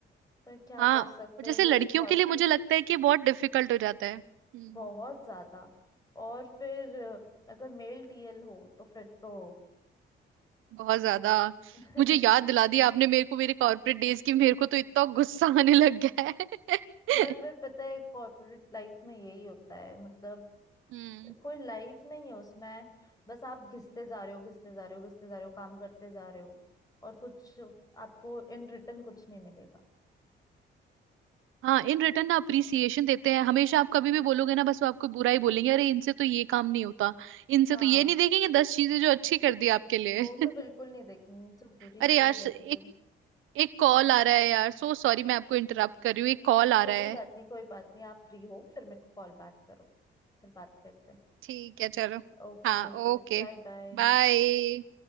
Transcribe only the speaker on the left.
फिर क्या
कर सकते
हैं यही
कॉर्पोरेट
बहुत ज्यादा और फिर अगर मेल टीएल हो तो फिर तो
<laughs>
यार
फिर पता है कॉर्पोरेट लाइफ में यही होता है मतलब
कोई लाइफ नहीं है उसमें बस आप घिसते जा रहे हो घिसते जा रहे हो घिसते जा रहे हो काम करते जा रहे हो और कुछ आपको इन रिटर्न कुछ नहीं मिलेगा
हाँ
वो
तो बिल्कुल नहीं देखेंगे जो बुरी
की
है वही
देखेंगे
कोई
बात नहीं कोई बात नहीं आप फ्री हो फिर मेरे को कॉल बैक करो फिर बात करते हैं
Okay
okay
bye bye